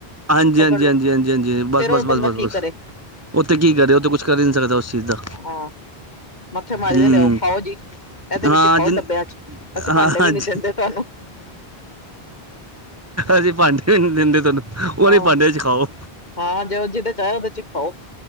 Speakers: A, on the right; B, on the left.
A: ਹਾਂਜੀ-ਹਾਂਜੀ-ਹਾਂਜੀ
B: ਪਕੜ ਲੋ
A: -ਹਾਂਜੀ -ਹਾਂਜੀ, ਬਸ
B: ਫੇਰ
A: -ਬਸ
B: ਉਹ
A: -ਬਸ
B: ਬੰਦਾ
A: ਬ
B: ਕੀ
A: ਬਸ।
B: ਕਰੇ
A: ਉੱਥੇ ਕੀ ਕਰੇ ਉਹ ਤਾਂ ਕੁਛ ਕਰ ਹੀ ਨਹੀਂ ਸਕਦਾ ਉਸ ਚੀਜ਼ ਦਾ।
B: ਹਾਂ ਮੱਥੇ ਮਾਰੀ
A: ਹੂੰ
B: ਦੇ ਲਿਆਓ ਖਾਓ ਜੀ, ਇਹਦੇ
A: ਹਾਂ
B: ਵਿੱਚ ਖਾਓ
A: ਜਿਨ
B: ਡੱਬਿਆਂ ਚ ਅਸੀਂ
A: ਹਾਂ
B: ਭਾਂਡੇ ਵੀ
A: ਹਾਂਜੀ,
B: ਨੀ ਦਿੰਦੇ ਤੁਹਾਨੂੰ
A: ਅਸੀਂ ਭਾਂਡੇ ਵੀ ਨਹੀਂ ਦਿੰਦੇ ਤੁਹਾਨੂੰ ਉਹਦੇ
B: ਹਾਂ
A: ਭਾਂਡੇ ਚ ਖਾਓ।
B: ਹਾਂ, ਜਿਹਦੇ ਚ ਆਇਆ ਉਹਦੇ ਚ ਹੀ ਖਾਓ।